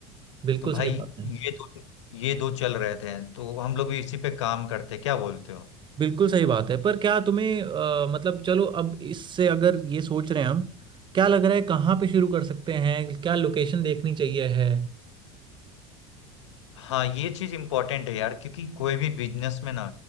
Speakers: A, on the right; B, on the left.
A: बिल्कुल
B: तो भाई
A: सही बात है
B: ये दो ये दो चल रहे थे तो हम लोग भी इसी पे काम करते क्या बोलते हो
A: बिल्कुल सही बात है पर क्या तुम्हें अ, मतलब चलो अब इससे अगर ये सोच रहे हैं हम क्या लग रहा है कहाँ पे शुरू कर सकते हैं क्या लोकेशन देखनी चाहिए है
B: हाँ ये चीज इम्पोर्टेंट है यार क्योंकि कोई भी बिजनेस में ना